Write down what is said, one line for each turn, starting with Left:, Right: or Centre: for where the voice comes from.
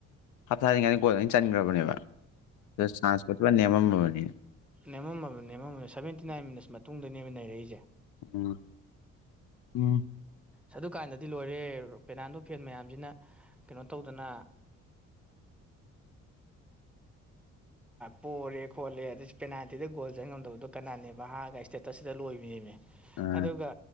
Left: ꯍꯥꯞ ꯊꯥꯗꯔꯤꯉꯥꯏꯗ ꯒꯣꯜꯗ ꯑꯩꯅ ꯆꯟꯈ꯭ꯔꯕꯅꯦꯕ ꯁꯥꯁꯀ꯭ꯇ ꯅꯤꯃꯝ ꯑꯃꯅꯤꯅꯤ
Centre: ꯅꯦꯝꯃꯝꯃꯅꯦ ꯅꯦꯝꯃꯝꯃꯝꯅꯦ ꯁꯚꯦꯟꯇꯤ ꯅꯥꯏꯟ ꯃꯤꯅꯠꯁ ꯃꯇꯨꯡꯗꯅꯦꯕ ꯅꯩꯔꯛꯏꯁꯦ
Left: ꯎꯝ ꯎꯝ
Centre: ꯎ ꯑꯗꯨ ꯀꯥꯏꯗꯗꯤ ꯁꯤ ꯂꯣꯏꯔꯦ ꯄꯦꯅꯥꯟꯗꯣ ꯐꯦꯟ ꯃꯌꯥꯝꯁꯤꯅ ꯀꯩꯅꯣ ꯇꯧꯗꯅ ꯄꯣꯔꯦ ꯈꯣꯠꯂꯦ ꯑꯗꯩ ꯄꯦꯅꯥꯜꯇꯤꯗ ꯒꯣꯜ ꯆꯪ ꯉꯝꯗꯕꯗꯣ ꯀꯅꯥꯅꯦꯕ ꯍꯥꯏꯔꯒ ꯏꯁꯇꯦꯇꯁꯁꯤꯗ ꯂꯣꯏꯕꯅꯦꯃꯦ
Left: ꯑ
Centre: ꯑꯗꯨꯒ